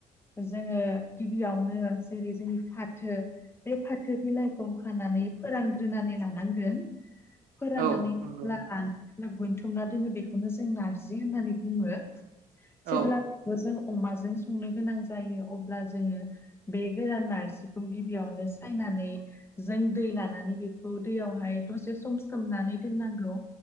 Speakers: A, on the left; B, on the right.
A: जोङो गिबियावनो जेरै जोंनि फाथो बे फाथो बिलाइखौ हानानै फोरानग्रोनानै लानांगोन। फोराननानै
B: औ नंगौ
A: लानानै दोन बोनथुमना दोनो बेखौनो जों नारजि होननानै बुङो।
B: औ
A: जेब्ला बेखौ जों अमाजों संनो गोनां जायो अब्ला जोङो बे गोदान नारजिखौ गिबियावनो सायनानै जों दै लानानै बेखौ दैयावहाय दसे सम सोमनानै दोननांगौ।